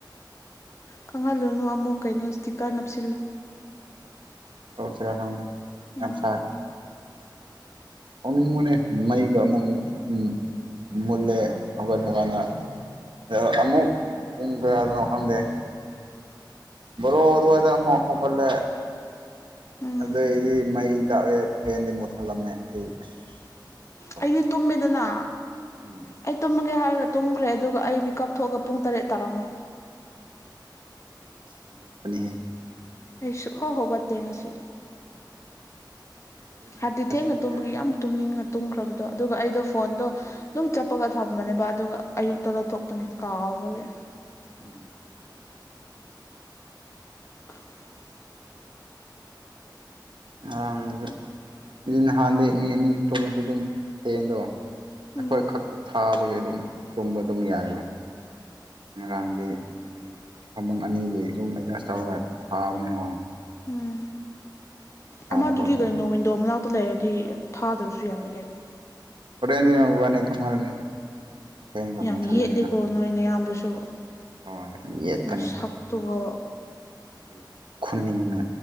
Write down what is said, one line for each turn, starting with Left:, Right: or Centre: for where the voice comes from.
Left: ꯈꯪꯍꯜꯂꯨꯅꯨ ꯑꯃꯨꯛ ꯀꯩꯅꯣ ꯏꯁꯇꯤꯀꯔ ꯅꯞꯁꯤꯜꯂꯨ
Right: ꯇꯧꯁꯤꯔꯥ ꯈꯪꯗꯦ
Left: ꯎꯝ
Right: ꯌꯥꯝ ꯁꯥꯏ ꯁꯥꯎꯅꯤꯡꯕꯅꯦ ꯃꯩꯒ ꯑꯃꯨꯛ ꯃꯨꯊꯠ ꯎꯝ ꯎꯝ ꯃꯨꯠꯂꯦ ꯍꯧꯒꯠꯄ ꯀꯥꯟꯗ ꯑ ꯑꯃꯨꯛ ꯄꯨꯡ ꯀꯌꯥꯗꯅꯣ ꯈꯪꯗꯦ ꯕ꯭ꯔꯣ ꯑꯗꯨꯋꯥꯏꯗ ꯑꯃꯨꯛ ꯍꯧꯒꯠꯂꯦ
Left: ꯎꯝ
Right: ꯑꯗꯩꯒꯤ ꯃꯩ ꯂꯥꯛꯑꯦ ꯐꯦꯟꯗꯤ ꯃꯨꯠꯊꯠꯂꯝꯃꯦ ꯑꯩ ꯑꯁ ꯌꯥꯝ ꯀꯩꯅꯣ ꯇꯧꯕꯅꯦ
Left: ꯑꯩꯗꯤ ꯇꯨꯝꯃꯦꯗꯅ
Right: ꯎꯝ
Left: ꯑꯩ ꯇꯨꯝꯃꯒꯦ ꯍꯥꯏꯔꯒ ꯇꯨꯝꯈ꯭ꯔꯦ ꯑꯗꯨꯒ ꯑꯩ ꯃꯤꯀꯞ ꯊꯣꯛꯑꯒ ꯄꯨꯡ ꯇꯔꯦꯠ ꯇꯥꯔꯝꯃꯦ
Right: ꯑꯁ ꯑꯉꯛꯄꯅꯤꯍꯦ
Left: ꯑꯩ ꯁꯨꯛ ꯍꯥꯎ ꯍꯧꯒꯠꯇꯦ ꯉꯁꯤ
Right: ꯑꯩꯗꯤꯅꯦ
Left: ꯍꯥꯏꯕꯗꯤ ꯊꯦꯡꯅ
Right: ꯑꯁ
Left: ꯇꯨꯝꯕꯒꯤ
Right: ꯌꯥꯔꯦ
Left: ꯌꯥꯝ ꯇꯨꯝꯅꯤꯡꯉ ꯇꯨꯝꯈ꯭ꯔꯕꯗꯣ ꯑꯗꯨꯒ ꯑꯩꯗꯣ ꯐꯣꯟꯗꯣ ꯗꯨꯝ ꯆꯞꯄꯒ ꯊꯝꯕꯅꯦꯕ ꯑꯗꯨꯒ ꯑꯌꯨꯛꯇ ꯂꯧꯊꯣꯛꯄꯅꯦ ꯀꯥꯎꯕꯒꯤ
Right: ꯎꯝ
Left: <inaudible>
Right: ꯉꯔꯡꯗꯤ ꯅꯍꯥꯟꯗꯤ ꯃꯤ ꯑꯅꯤ ꯇꯨꯝꯃꯁꯨ ꯑꯗꯨꯝ ꯐꯦꯟꯗꯣ ꯑꯈꯣꯏ
Left: ꯎꯝ
Right: ꯈꯛꯇ ꯊꯥꯕꯒꯤ ꯑꯗꯨꯝ ꯇꯨꯝꯕ ꯑꯗꯨꯝ ꯌꯥꯏꯕ ꯉꯔꯥꯡꯗꯤ ꯍꯥꯏꯗꯤ ꯐꯃꯨꯡ ꯑꯅꯤꯒꯤ ꯑꯗꯨꯝ ꯑꯦꯗꯖꯦꯁ ꯇꯧꯔꯒ ꯊꯥꯕꯅꯤꯉꯣ
Left: ꯎꯝ
Right: ꯁꯥꯕ
Left: ꯑꯃꯗꯨꯗꯤ
Right: ꯈꯣꯠꯄ
Left: ꯋꯦꯟꯅꯣ ꯋꯤꯟꯗꯣ ꯃꯅꯥꯛꯇ ꯂꯩꯔꯗꯤ ꯊꯥꯗ꯭ꯔꯁꯨ
Right: ꯎꯝ
Left: ꯌꯥꯔꯦ ꯀꯩꯅꯣ
Right: ꯍꯣꯔꯦꯟꯗꯤ ꯃꯕꯋꯥꯅꯤ ꯇꯨꯝꯍꯜꯂꯅꯤ ꯐꯦꯟꯒ
Left: ꯌꯥꯝ
Right: ꯃꯨꯠꯊꯠꯂꯦꯗꯅ
Left: ꯌꯦꯠꯂꯤꯀꯣ ꯅꯣꯏꯅ ꯅꯌꯥꯝꯕꯁꯨ
Right: ꯑꯣ ꯌꯥꯝ ꯌꯦꯠꯄꯅꯤ
Left: ꯃꯁꯛꯇꯨꯒ
Right: ꯑꯩ ꯑꯩ ꯈꯨꯅꯤꯡꯅ